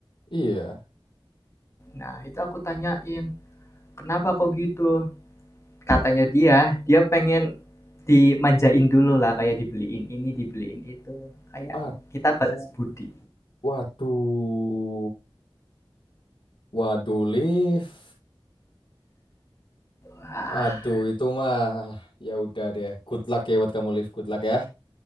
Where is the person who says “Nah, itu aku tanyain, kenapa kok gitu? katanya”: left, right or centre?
Left